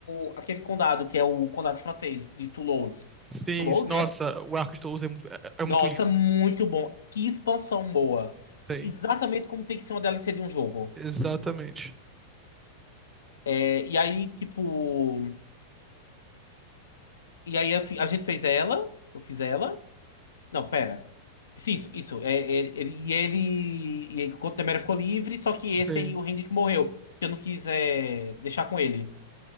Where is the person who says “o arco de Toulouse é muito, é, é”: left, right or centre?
Right